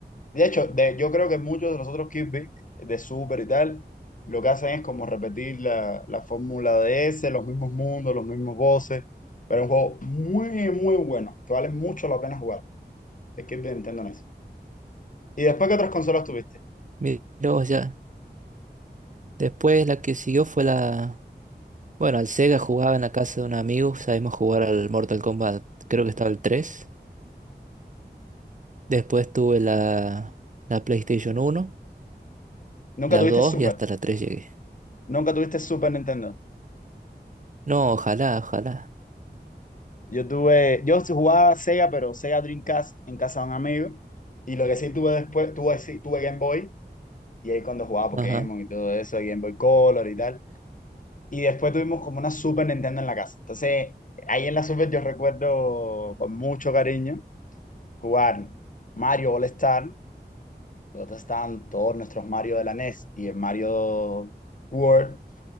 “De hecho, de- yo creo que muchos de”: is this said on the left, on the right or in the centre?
Left